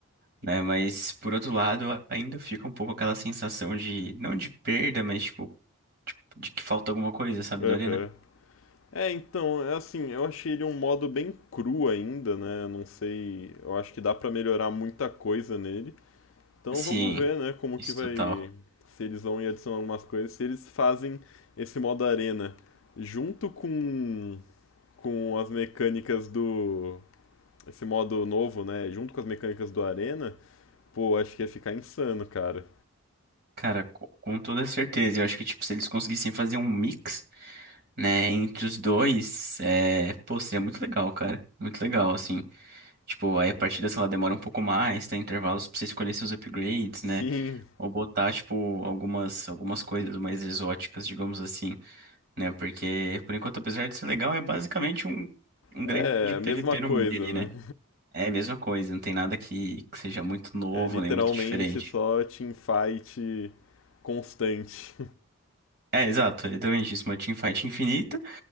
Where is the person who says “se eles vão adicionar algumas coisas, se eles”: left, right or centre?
Left